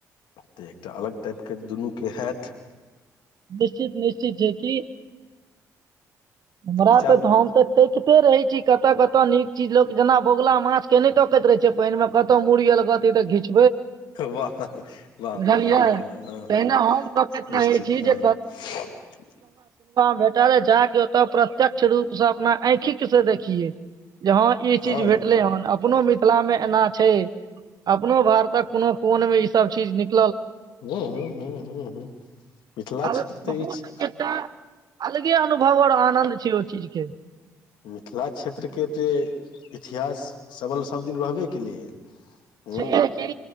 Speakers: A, on the left (about 70°); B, on the right (about 50°).
A: तऽ एकटा अलग टाइपके- दुनूके हैत। <unintelligible>
B: निश्चित निश्चित छै किी हमरा
A: तऽ विचार
B: ते धाम ते तेकते रहै छै कतय कतय नीक चीज लोक जेना बगुला माछ के नहि तकैत रहे छै पानि मे कतौ मड़ीियल गत घीच
A: वाह -वाह
B: बुझलियै
A: -वाह हँ -हँ- हँ -हँ
B: तहिना हम तकैत रहै
A: निश्चित
B: छी
A: हँ।
B: जे
A: <unintelligible>
B: बेटा रह जा के। <unintelligible> तऽ प्रत्यक्ष रूप से अपना आँखिक से देखियए। <unintelligible> जे हँ ई चीज
A: हँ
B: भेटलै हन अपनो मिथिला मे एना छै अपननो भार तक कोनो कोनमे इ सब चीज निक
A: ह हू हू हू हू मिथिला
B: आर
A: क्षेत्र तऽ
B: बहुत
A: ई छै
B: एकटा अलगे अनुभव आओर आनन्द छै ओहि चीज के
A: मिथिला क्षेत्रके तऽ इतिहास सबवल सभदिन रहबे केलैएेँ हू
B: छैहे कि